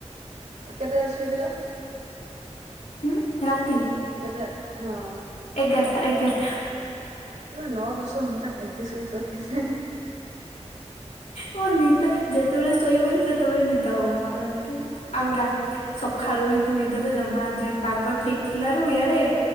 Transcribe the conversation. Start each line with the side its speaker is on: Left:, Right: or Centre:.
Right: କେତେ ଟାରେ ଶୋଇଥିଲ?
Left: ହୁଁ ରାତି?
Right: କେତଟା ହଁ
Left: ଏଗାରଟା ଏଗାରଟା।
Right: ଆବେ ନଅ ଦଶ ଘଣ୍ଟା କେମିତି ଶୋଉଚ କେଜାଣି।
Left: ହଁ ନିଦ ଯେତେବେଳେ ଶୋଇଗଲି ସେତେବେଳେ ନିଦ ହବ ମୋର ଏମିତି ଆଉ ରାତି ସଖାଳୁ ଓଳି ନିଦ ତ ଜମା ଆଜି ପାଗ ଠିକ୍ ଥିଲାରୁ ଇଆଡେ